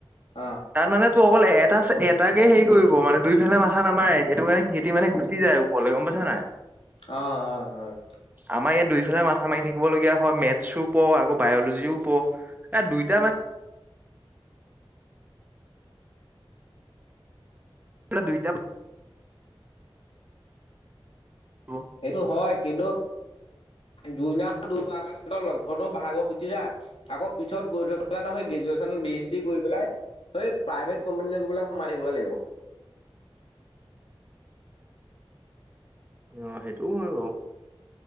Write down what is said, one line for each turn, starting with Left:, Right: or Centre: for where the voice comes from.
Left: অ অ
Right: তাত মানে তোৰ অকল এটা এটাকে হেৰি কৰিব, মানে দুইফালে মাথা নামাৰে, সেইটো কাৰণে সিহতি মানে গুচি যায়। কলে, গম পাইছা নাই
Left: অহ, অহ, হয়।
Right: আমাৰ ইয়াত দুইফালে মাথা মাৰি থাকিব লগীয়া হয়। মেথছো পঢ় আকৌ বায়লজিও পঢ় এহ দুইটাই মান এফালে দুইটা পঢ়িব
Left: সেইটো হয়, কিন্তু এই দুইনা দুবাৰ লক্ষ্ণটো ভাগৰ গুচি যায়। আকৌ পিছত গৈ থৈ পেলাই তাৰ পিছত সেই গ্ৰেজুৱেশ্যন বি এছ ডি কৰি পেলাই এই প্ৰাইভেট কোম্পানী বিলাকত সোমাই থাকিব লাগিব।
Right: অ', সেইটোও হয় বাৰু